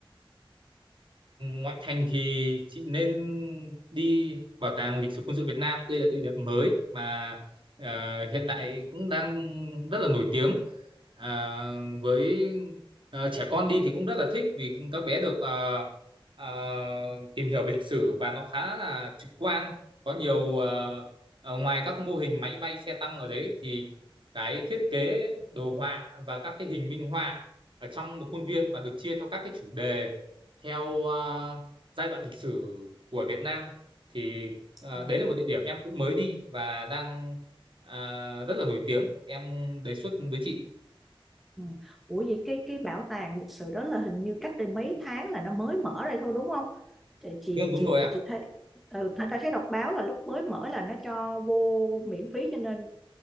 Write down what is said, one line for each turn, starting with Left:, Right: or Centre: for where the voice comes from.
Right: Ngoại thành thì chị nên đi Bảo tàng Lịch sử Quân sự Việt Nam. Đây là địa điểm mới mà ờ, hiện tại cũng đang rất là nổi tiếng. À, với ờ, trẻ con đi thì cũng rất là thích vì các bé được ờ, ờ, tìm hiểu về lịch sử và nó khá là trực quan. Có nhiều ờ, ờ, ngoài các mô hình máy bay xe tăng ở đấy thì cái thiết kế đồ họa và các cái hình minh họa ở trong một khuôn viên và được chia theo các cái chủ đề theo à, giai đoạn lịch sử của Việt Nam thì à,
Centre: à.
Right: đấy là một địa điểm em cũng mới đi và đang à, rất là nổi tiếng em đề xuất với chị
Centre: Ừ. Ủa vậy cái cái bảo tàng lịch sử đó là hình như cách đây mấy tháng là nó mới mở ra thôi đúng không? Chị chị
Right: vâng đúng
Centre: chị
Right: rồi ạ
Centre: chị, chị thấy ừ, ta, ta thấy đọc báo là lúc mới mở là nó cho vô miễn phí cho nên